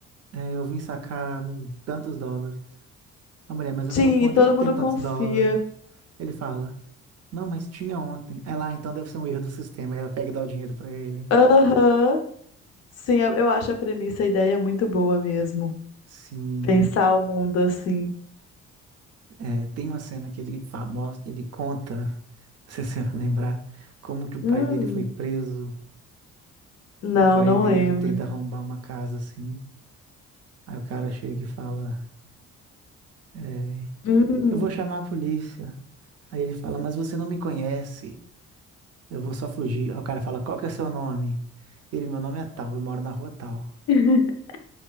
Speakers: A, on the right; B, on the left.
A: É, eu vim sacar tantos dólares. A mulher, mas a
B: Sim,
A: sua conta
B: e todo
A: não
B: mundo
A: tem tantos
B: confia.
A: dólares. Ele fala, não, mas tinha ontem. Aí lá, então deve ser um erro do sistema. Aí ela pega e dá o dinheiro pra ele.
B: Aham. Sim, eu eu acho a premissa, a ideia muito boa mesmo.
A: Sim,
B: Pensar o mundo assim.
A: é, tem uma cena que ele fa- mostra, ele conta, <laughs> não se você vai lembrar, como que o pai
B: Hum.
A: dele foi preso.
B: Não,
A: O pai
B: não
A: dele
B: lembro.
A: tenta arrombar uma casa assim. Aí o cara chega e fala, é,
B: Hum.
A: eu vou chamar a polícia. Aí ele fala, mas você não me conhece. Eu vou só fugir. Aí o cara fala, qual que é seu nome? Ele, meu nome é tal, eu moro na rua tal.
B: <laughs>